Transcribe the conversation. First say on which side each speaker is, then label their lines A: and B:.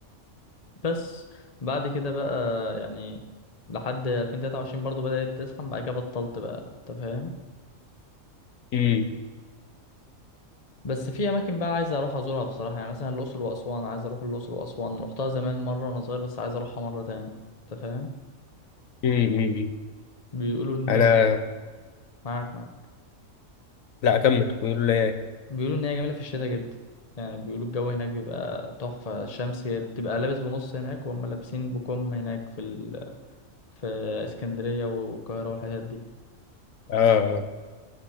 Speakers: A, on the left (about 30°); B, on the left (about 80°).
A: بس بعد كده بقى يعني لحد 2023 برضو بدأت تزحم بعد كده بطلت بقى انت فاهم
B: امم
A: بس في اماكن بقى عايز اروح ازورها بصراحة يعني مثلا الاقصر واسوان عايز اروح الاقصر واسوان رحتها زمان مرة وانا صغير بس عايز اروحها مرة تاني انت فاهم
B: امم أمم.
A: بيقولوا ان
B: انا
A: هي معاك معاك
B: لا اكمل بيقول لي ايه
A: بيقولوا ان هي جميلة في الشتاء جدا يعني بيقولوا الجو هناك بيبقى تحفة الشمس بتبقى لابس بنص هناك وهم لابسين بكم هناك في ال... في اسكندرية والقاهرة والحتت دي
B: اه آه،